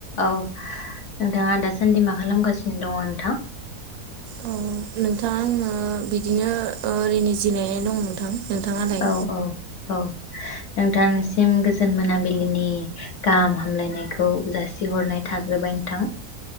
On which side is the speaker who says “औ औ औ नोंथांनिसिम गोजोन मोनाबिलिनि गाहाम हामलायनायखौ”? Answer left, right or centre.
Left